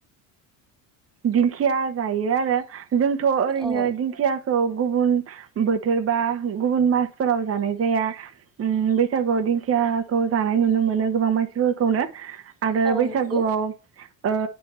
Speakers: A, on the right; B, in the centre.
A: दिंखिया जायो आरो जोंथ' ओरैनो
B: औ
A: दिंखिया खौ गुबुन बोथोर बा गुबुन मासफोराव जानाय जाया ओम बैसागुआव दिंखियाखौ जानाय नुनो मोनो गोबां मानसिफोरखौनो आरो
B: औ
A: बैसागुआव
B: नंगौ
A: ओ